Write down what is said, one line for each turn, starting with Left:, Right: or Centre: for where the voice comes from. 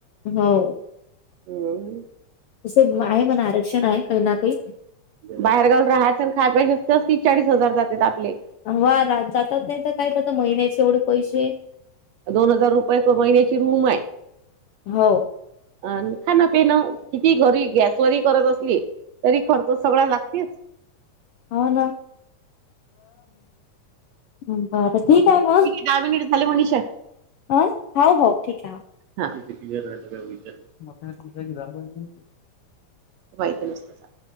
Left: हो.
Right: हम.
Left: तसं आहे म्हण आरक्षण आहे काही ना काही
Right: बाहेर गावला राहायचं अन खायचं <unintelligible> तीस चाळीस हजार जातेत आपले
Left: वा रा जातात नाही तर काय करता महिन्याचे एवढे पैसे
Right: दोन हजार रुपये एका महिन्याची रूम आहे.
Left: हो.
Right: अन खाणं पिणं किती घरी गॅसवरही करत असली तरी खर्च सगळा लागतेच
Left: हो ना बरं ठीक आहे मग
Right: दहा मिनिट झाले मनीषा
Left: काय हव हव ठीक आहे हव
Right: हां <unintelligible> तेव्हा विचारलं
Left: मथायणी तुषायणी रामबाण <unintelligible>
Right: ते माहिती नसतं सांग